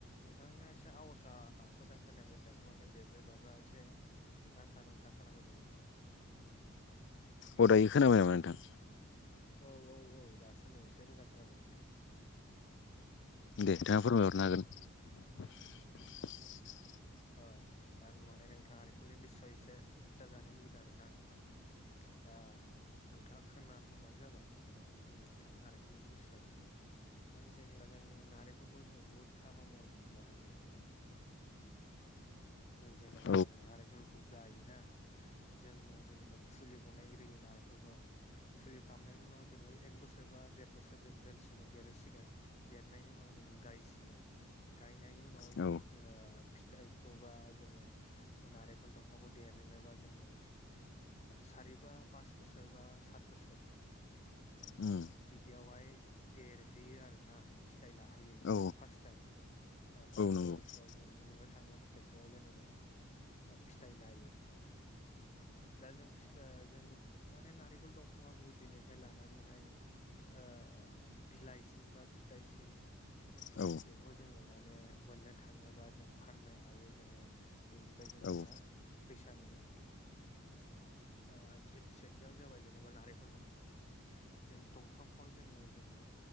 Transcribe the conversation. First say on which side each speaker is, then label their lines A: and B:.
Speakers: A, on the left; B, on the left.
A: नोंथांनि एसे आवजा मोजां खोनाय बायाखै माने बेब्रे बाब्रा एसे। नांथा नोंथा खोनाफैदों नोंथां।
B: अ दायो खोनाबाय नामा नोंथां?
A: औ औ औ दासो नै एसे मोजां खोनादों नोंथां।
B: दे नोंथाङा <unintelligible>
A: ओ दा नुवान नोंथाङा नारिकलनि बिसय एसे खिथा जानो लुुबैदों आरो ना नोंथां। दा नोंथाङा खोनासंबानो जाबाय आं बुंलासै नारेंखलनि बिखय। जों जेनेबा जों नारेंखलखौ जों बुहुत खामानियाव जों बाहायनो हायो। जों जेनेबा
B: औ
A: जों नारेंखलखौ गायोना जोङो। जेनेबा फुलि बनायग्रोयो नारेंखलखौ फुलि खालामनायनि उनाव जोङो एक बोसोर बा देर बोसोर। जों दोनसिगोन देरहसिगोन देरनायनि उनाव जों गायसिगोन गाय गायनायनि उनावहाय
B: औ
A: जों फिथाइखौबा जोङो नारेंखल दंफांखौ देरहनोबा जोङो सारिबा पास बोसोर बा सात बोसोर
B: उम
A: बिदियावहाय देरहैयो आरोना फि थाइ लाहैयो
B: औ
A: माने फास टाइम पास
B: नंगौ
A: सय
B: औ उम
A: बोसोराव जों नुनो थाङो फिथाइखौ जेनेबा फिथाइ लायो। दा जों फिसा जों माने नारेंखल दंफाङा गुदिनिफ्राय लानानैहाय। ओ बिलाइसिम बा फिथाइसिम
B: औ
A: बेखौ जोङो माने मोननो थाङोबा जों। फाननो हायो जोङो बेनिफ्राय
B: औ
A: जोङो मा फैसा मोनो। ओ सेथियावनो जाबाय जेनेबा नारेंखल दंफां जों दंफांखौह जों जों जोंङो